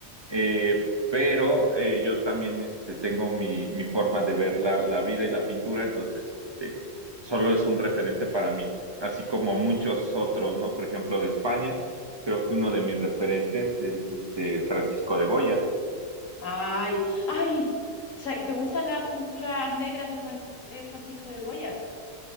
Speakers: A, on the right; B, on the left.
A: Eh, pero eh, yo también este, tengo mi, mi forma de ver la, la vida y la pintura, entonces este, solo es un referente para mí, así como muchos otros, ¿no? Por ejemplo, de España, creo que uno de mis referentes es este Francisco de Goya.
B: Ay, ay, Sa- ¿te gustan las pinturas negras de Fran- eh, Francisco de Goya?